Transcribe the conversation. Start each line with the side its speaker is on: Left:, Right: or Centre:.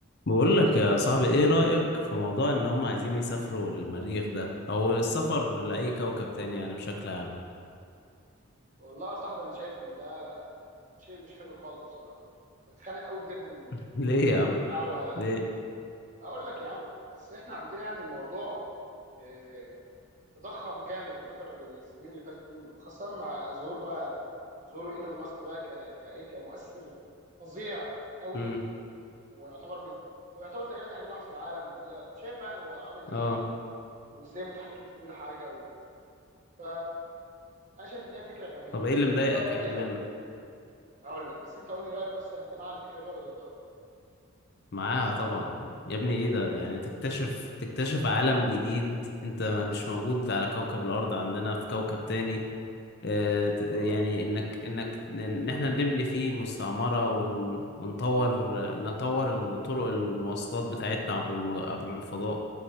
Left: بقول لك يا صاحبي ايه رأيك في موضوع ان هم عايزين يسافروا للمريخ ده او السفر لأي كوكب تاني يعني بشكل عام
Right: والله يا صاحبي انا شايف ان ده شيء مش حلو خالص بصراحه بتخانق قوي بجد من
Left: <laughs> ليه يا
Right: من
Left: عم
Right: الدعوه
Left: ليه
Right: هقول لك يا عم بس احنا عندنا يعني الموضوع آه، تضخم جامد الفتره السنين اللي فاتت دول، خاصه مع ظهور بقى ظهور ايلون ماسك بقى ك كايه كمؤثر فظيع قوي
Left: امم
Right: ويعتبر من ويعتبر تقريبا اغنى واحد في العالم وكده أنت شايف بقى هو عامل ايه
Left: اه
Right: يعني وازاي متحكم في كل حاجه و... ف انا شايف ان هي فكره غبيه
Left: طب ايه اللي مضايقك
Right: انت رايك
Left: يعني
Right: ايه طيب
Left: منه
Right: هقول لك بس انت قول لي رايك اصلا انت مع الفكره دي ولا ضدها
Left: معاها طبعا يا ابني ايه ده يعني تكتشف تكتشف عالم جديد انت مش موجود على كوكب الارض عندنا في كوكب تاني آه، ت- يعني
Right: اه
Left: انك انك ن- ان احنا نبني فيه مستعمرة ون ونطور نطور الطرق المواصلات بتاعتنا عبر المج... عبر الفضاء